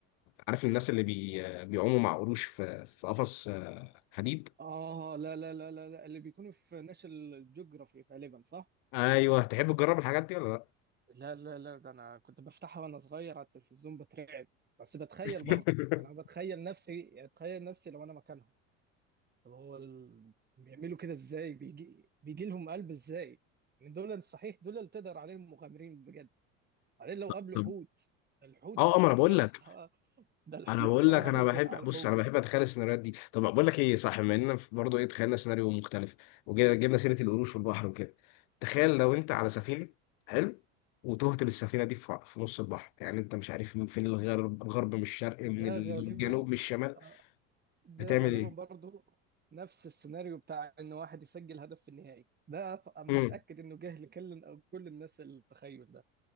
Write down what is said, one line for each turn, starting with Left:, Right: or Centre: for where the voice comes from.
Left: عارف الناس اللي بي... بيعوموا مع قروش في في قفص آه، حديد
Right: آه لا لا لا لا لا اللي بيكونوا في ناشونال جيوغرافي غالبا صح؟
Left: ايوه تحب تجرب الحاجات دي ولا
Right: لا لا لا ده أنا كنت بفتحها وأنا صغير على التلفزيون بترعب بس بتخيل
Left: لا <laughs>
Right: برضه يعني أنا بتخيل نفسي أتخيل نفسي لو أنا مكانهم طب هو ال... بيعملوا كده إزاي؟ بيجي بيجي لهم قلب إزاي؟ يعني دول صحيح دول اللي تقدر عليهم مغامرين بجد بعدين لو
Left: طب
Right: قابلوا حوت الحوت
Left: اه
Right: مفترس
Left: آه، ما انا بقول لك
Right: آه، <laughs> ده الحوت
Left: انا بقول
Right: يا نهار
Left: لك انا
Right: أزرق
Left: بحب
Right: على الحوت
Left: بص انا بحب اتخيل السيناريوهات دي طب بقول لك ايه صح بما اننا برضه ايه تخيلنا سيناريو مختلف وجبنا سيره القروش والبحر وكده تخيل لو انت على سفينه حلو وتهت بالسفينه دي في في نص البحر يعني انت مش عارف من فين الغرب الغرب من الشرق من
Right: ده
Left: الجنوب
Right: غالبا
Left: من الشمال
Right: آه، ده
Left: هتعمل
Right: غالبا
Left: ايه؟
Right: برضو نفس السيناريو بتاع ان واحد يسجل هدف في النهائي ده ط- أنا
Left: امم
Right: متأكد انه جه لكل او كل الناس التخيل ده